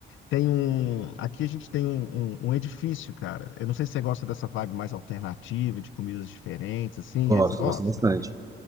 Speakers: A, on the left; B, on the right.
A: Tem um. Aqui a gente tem um, um, um edifício, cara. Eu não sei se você gosta dessa vibe mais alternativa, de comidas diferentes, assim.
B: gosto,
A: É, você gosta?
B: gosto bastante.